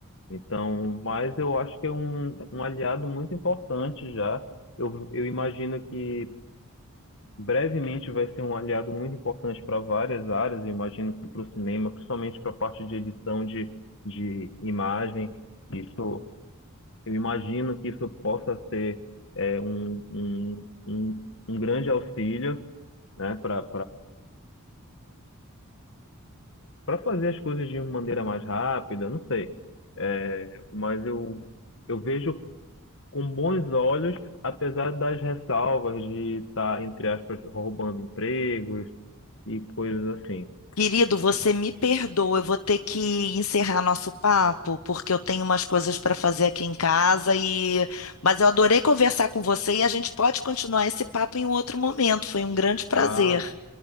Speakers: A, on the left; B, on the left.
A: Então, mas eu acho que é um, um aliado muito importante já. Eu, eu imagino que brevemente vai ser um aliado muito importante para várias áreas, eu imagino que para o cinema, principalmente para a parte de edição de, de imagem, isso Eu imagino que isso possa ser é, um, um, um, um grande auxílio, né, para para fazer as coisas de uma maneira mais rápida, não sei. É, mas eu, eu vejo com bons olhos, apesar das ressalvas de estar, entre aspas, roubando empregos e coisas assim.
B: Querido, você me perdoa, eu vou ter que encerrar nosso papo, porque eu tenho umas coisas para fazer aqui em casa e mas eu adorei conversar com você e a gente pode continuar esse papo em um outro momento. Foi um grande prazer,
A: Ah,